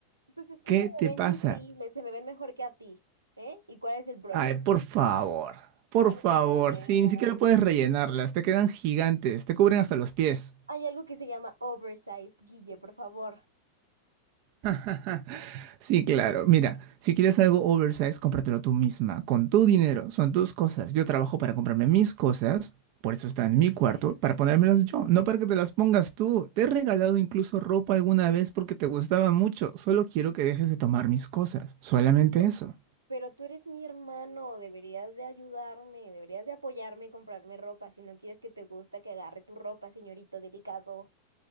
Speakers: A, on the right; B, on the right.
A: pues es que
B: ¿Qué
A: se me
B: te
A: ven
B: pasa?
A: increíbles, se me ven mejor que a ti, ¿eh? ¿Y cuál es el problema?
B: Ay, por favor. Por
A: ¿Cuál
B: favor.
A: es el problema?
B: Sí, ni siquiera puedes rellenarlas. Te quedan gigantes. Te cubren hasta los pies.
A: Hay algo que se llama oversized, Guille, por favor.
B: <laughs> Sí, claro. Mira, si quieres algo oversize, cómpratelo tú misma, con tu dinero. Son tus cosas. Yo trabajo para comprarme mis cosas, por eso está en mi cuarto, para ponérmelas yo, no para que te las pongas tú. Te he regalado incluso ropa alguna vez porque te gustaba mucho. Solo quiero que dejes de tomar mis cosas. Solamente
A: Pero
B: eso.
A: pero tú eres mi hermano, deberías de ayudarme, deberías de apoyarme y comprarme ropa si no quieres que te gusta que agarre tu ropa, señorito delicado.